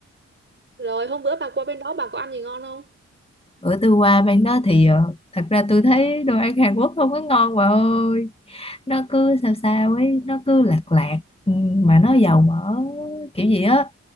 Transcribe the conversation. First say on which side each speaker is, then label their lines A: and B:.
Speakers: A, on the right (about 40°); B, on the left (about 20°).
A: rồi hôm bữa bà qua bên đó bà có ăn gì ngon không
B: Bữa tôi qua bên đó thì ờ, thật ra tôi thấy đồ ăn Hàn Quốc không có ngon bà ơi. nó cứ sao sao ấy nó cứ lạc lạc ừ, mà nó dầu mỡ kiểu gì á